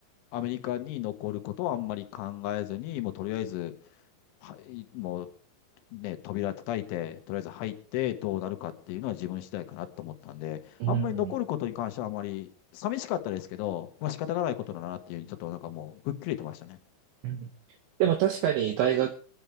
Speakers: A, on the left; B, on the right.
A: アメリカに残ることはあんまり考えずに、もうとりあえず、はい、もうね、扉叩いて、とりあえず入ってどうなるかっていうのは自分次第かなと思ったんで、
B: うん。
A: あんまり残ることに関してはあまり寂しかったですけど、まあ仕方がないことだなっていうふうにちょっとなんかもう吹っ切れてましたね。
B: うんでも確かに大学、